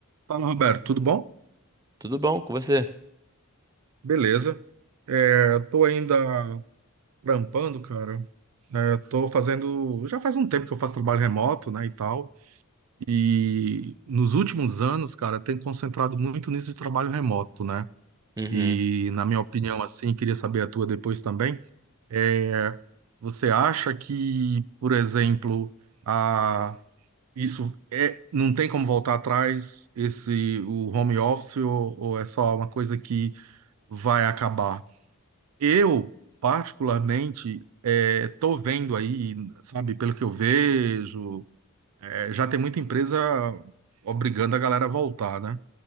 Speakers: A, on the right; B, on the right.
A: Fala, Roberto, tudo bom?
B: Tudo bom com você?
A: Beleza. É, tô ainda trampando, cara. É, tô fazendo. Já faz um tempo que eu faço trabalho remoto, né, e tal. E nos últimos anos, cara, tenho concentrado muito nisso de trabalho remoto, né?
B: Uhum.
A: E, na minha opinião, assim, queria saber a tua depois também. É, você acha que, por exemplo, a. Isso é, não tem como voltar atrás esse o home office ou ou é só uma coisa que vai acabar? Eu, particularmente, eh, tô vendo aí, sabe, pelo que eu vejo, eh, já tem muita empresa obrigando a galera a voltar, né,